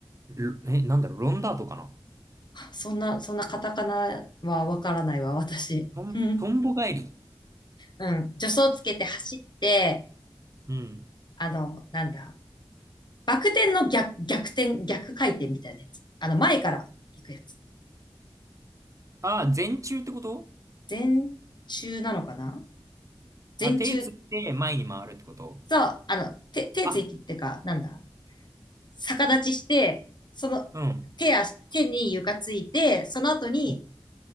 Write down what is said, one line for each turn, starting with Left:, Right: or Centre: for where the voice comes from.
Right: ろえ、なんだろう、ロンダートかな
Left: そんな、そんなカタカナはわからないわ、私。
Right: トン、
Left: <laughs> うん。
Right: トンボ返り。
Left: うん。助走つけて走って、
Right: うん。
Left: あの、なんだ。バク転の逆、逆転、逆回転みたいなやつ。あの、前から行くやつ。
Right: ああ、前中ってこと
Left: 前中なのかな
Right: あ、
Left: 前中
Right: 手つって前に回るってこと
Left: と、あの、手、手ついてってか、
Right: あ、
Left: なんだ。逆立ちして、その、
Right: うん。う
Left: 手足、手に床ついて、その後に、
Right: ん